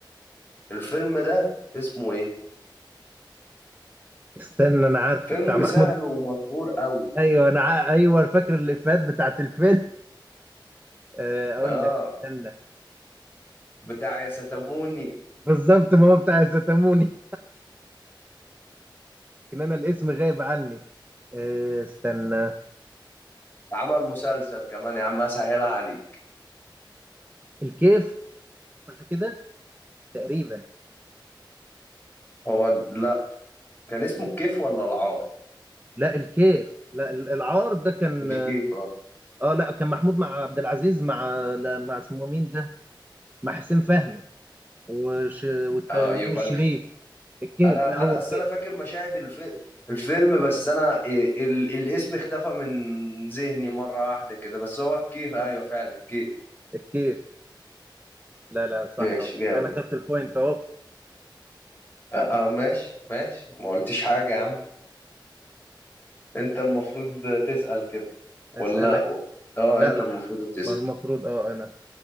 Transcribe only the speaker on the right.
استنى أنا عارفه
بتاع محمود
أيوه أنا ع... أيوه فاكر الإفيهات بتاعت الفيلم آه، أقول
لك استنى
بالظبط ما هو بتاع الزيتاموني ان انا الاسم غايب عني آه، استنى
الكيف صح كده تقريبا
لا الكيف لا ال- العار ده كان
اه لا كان محمود مع عبد العزيز مع لا مع اسمه مين ده مع حسين فهمي وش والت-
ونور
الشريف
الكيف
لا هو
الكيف
الكيف لا لا صح
انا خدت البوينت اهو
اسالك
لا
ما المفروض اه انا